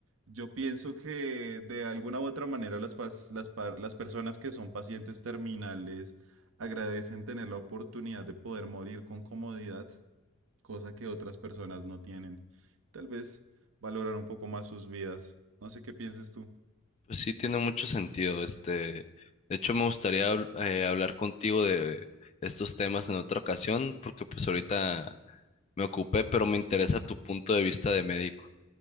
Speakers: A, on the right; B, on the left.
A: Yo pienso que de alguna u otra manera las, pas- las, pa- las personas que son pacientes terminales agradecen tener la oportunidad de poder morir con comodidad, cosa que otras personas no tienen. Tal vez valoran un poco más sus vidas. No sé qué pienses tú.
B: Pues sí, tiene mucho sentido. Este, de hecho, me gustaría habl- eh, hablar contigo de estos temas en otra ocasión, porque pues ahorita Me ocupé, pero me interesa tu punto de vista de médico.